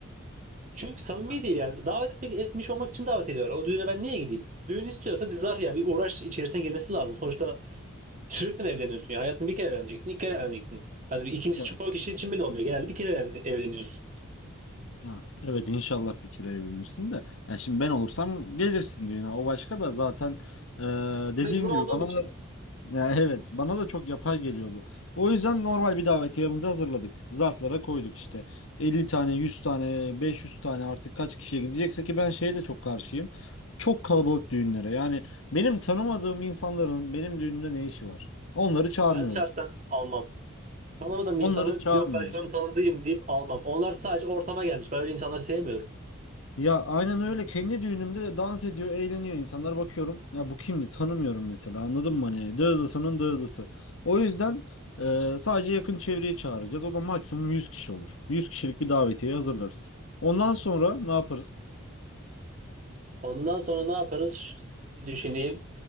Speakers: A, on the right; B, on the left.
A: Çünkü samimi
B: Ha,
A: değil yani. Davet etmek, etmiş olmak için davet ediyorlar. O düğüne ben niye gideyim? Düğün istiyorsa bir zar yani bir uğraş içerisine girmesi lazım. Sonuçta sürekli mi evleniyorsun ya? Hayatını bir kere evleneceksin, iki kere evleneceksin. Hani ikincisi
B: Ya-
A: çoğu kişi için bile olmuyor. Genelde bir kere evlen- evleniyorsun.
B: Ha, evet inşallah bir kere evlenirsin de. Yani şimdi ben olursam gelirsin düğüne. O başka da zaten eee dediğin
A: Mecbur
B: gibi
A: olduğum
B: bana
A: için
B: da Ya evet bana da çok yapay geliyor bu. O yüzden normal bir davetiyemizi hazırladık. Zarflara koyduk işte. 50 tane, 100 tane, 500 tane artık kaç kişiye gidecekse ki ben şeye de çok karşıyım. Çok kalabalık düğünlere. Yani benim tanımadığım insanların benim düğünümde ne işi var? Onları çağırmıyoruz.
A: ben şahsen almam. Tanımadığım
B: Onları
A: bir insanı
B: çağırmıyoruz.
A: yok ben şunun tanıdığım deyip almam. Onlar sadece ortama gelmiş. Ben öyle insanları sevmiyorum.
B: Ya aynen öyle. Kendi düğünümde de dans ediyor, eğleniyor. insanlar bakıyorum. Ya bu kimdi? Tanımıyorum mesela. Anladın mı? Hani dağılısının dağılısı. O yüzden e, sadece yakın çevreyi çağıracağız. O da maksimum 100 kişi olur. 100 kişilik bir davetiye hazırlarız. Ondan sonra ne yaparız?
A: Ondan sonra ne yaparız? Bir düşüneyim.